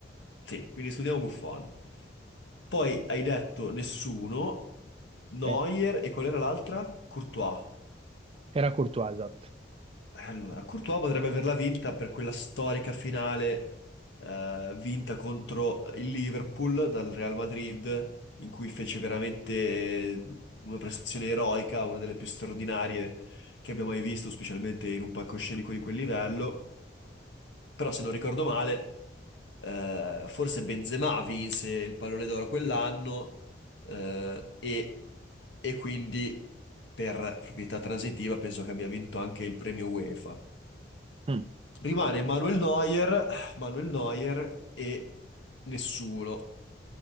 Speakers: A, on the left; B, on the right.
A: sì, quindi escludiamo Buffon. Poi hai detto nessuno, Neuer
B: Eh,
A: e qual era l'altra? Courtois.
B: era Courtois, esatto.
A: Eh, Allora, Courtois potrebbe averla vinta per quella storica finale eh, vinta contro il Liverpool dal Real Madrid, in cui fece veramente una prestazione eroica, una delle più straordinarie che abbiamo mai visto, specialmente in un palcoscenico di quel livello. Però, se non ricordo male, eh, forse Benzema vinse il pallone d'oro quell'anno eh, e, e quindi per proprietà transitiva penso che abbia vinto anche il premio UEFA.
B: Mm.
A: Rimane Manuel Neuer, Manuel Neuer e nessuno.